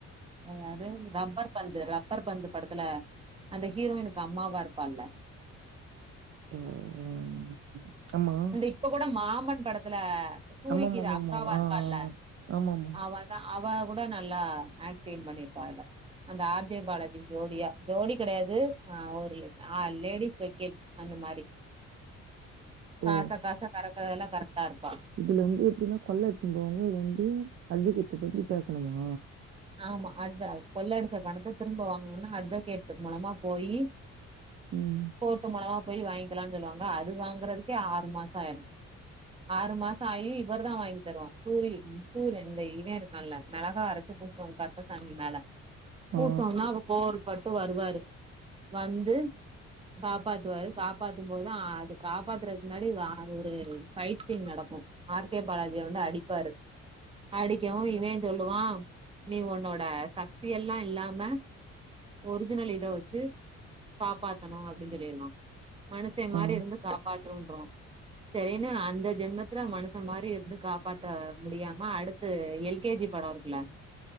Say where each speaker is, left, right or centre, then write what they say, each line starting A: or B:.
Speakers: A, on the right; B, on the right.
A: அது யாரு ரப்பர் பந்து ரப்பர் பந்து படத்துல அந்த ஹீரோய்னிக்கு அம்மாவா இருப்பால
B: ஆ ம் ஆமா
A: இந்த இப்ப கூட மாமன் படத்துல சூரிக்கி
B: ஆமாமாமாமா
A: இது அக்காவா
B: ஆ
A: இருப்பால
B: ஆமாமா
A: அவ த அவ கூட நல்லா ஆக்டிங் பண்ணிருப்பா இதுல அந்த ஆர் ஜே பாலாஜிக்கு ஜோடியா ஜோடி கெடையாது ஆ ஒரு ல ஆ லேடிஸ் வக்கீல் அந்த மாரி காச
B: ஓ
A: காச கறக்குறதுல்லா கரெக்டா இருப்பா
B: இதுல வந்து எப்டின்னா கொள்ள அடிச்சுனுபோவங்க இது வந்து அட்வகேட்ட பத்தி பேசணுமா
A: ஆமா அட்வ கொள்ளடிச்ச பணத்த திரும்ப வாங்கணுன்னா அட்வகேட் மூலமா போயி
B: ம்
A: கோட்டு மூலமா போய் வாங்கிக்கலானு சொல்லுவாங்க அது வாங்கறதுக்கே ஆறு மாச ஆயிரு ஆறு மாச ஆயு இவரு தா வாங்கி தருவா சூரி சூரி இந்த இவ இருக்கான்ல மெளகா அரச்சு பூசுவா கர் ப்ப சாமி மேல பூசுவோன்னா
B: ஆ
A: அப்ப கோவரு பட்டு வருவாரு வந்து காப்பாத்துவாரு காப்பாத்தும் போதுதா அது காப்பாத்துறதுக்கு முன்னாடி அ ஒரு ஃபைட் சீன் நடக்கு ஆர் கே பாலாஜிய வந்து அடிப்பாரு அடிக்கவு இவே சொல்லுவா நீ உன்னோட சக்தியெல்லா இல்லாம ஒரிஜினல் இத வச்சு காப்பாத்தணு அப்டின்னு சொல்லிருவா மனுஷே மாரி
B: ஆ
A: இருந்து காப்பாத்தனுன்றுவா னு அந்த ஜென்மத்துல மனுச மாரி இருந்து காப்பாத்த முடியாம அடுத்து எல் கே ஜி பட இருக்குல